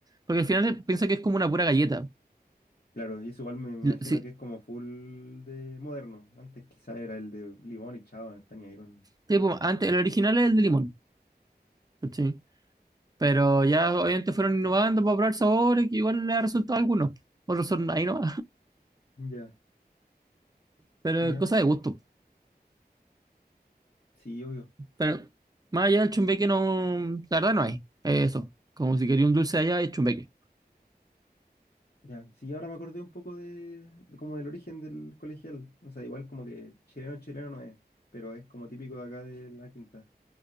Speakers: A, on the right; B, on the left.
A: Porque al final piensa que es como una pura galleta.
B: Claro, y eso igual me imagino
A: Sí,
B: que es como full de moderno. Antes quizá era el de limón y chao, no está ni ahí con.
A: tipo, antes, el original es el de limón, ¿cachai? Pero ya obviamente fueron innovando para probar sabores que igual le ha resultado a algunos. Otros son ahí no,
B: Ya,
A: <laughs> pero
B: ya,
A: es cosa de gusto.
B: sí, obvio.
A: Pero más allá del chumbeque no, la verdad no hay. Es eso, como si quería un dulce allá es chumbeque.
B: Ya, sí, ahora me acordé un poco de, de como del origen del colegial. O sea, igual como que chileno chileno no es, pero es como típico de acá de la quinta.